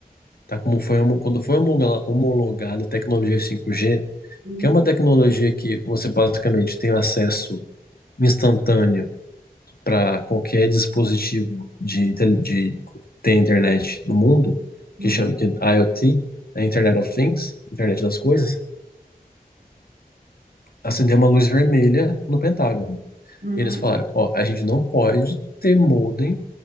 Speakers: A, on the left; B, on the right.
A: tá? Como foi, homo- quando foi homologa- homologada a tecnologia 5G,
B: Uhum,
A: que é uma tecnologia que você basicamente tem acesso instantâneo para qualquer dispositivo de, tel- de ter internet no mundo,
B: uhum,
A: que chama que é IoT, é Internet of Things, Internet das Coisas, acendeu uma luz vermelha no Pentágono.
B: uhum,
A: E eles falaram, ó, a gente não pode ter modem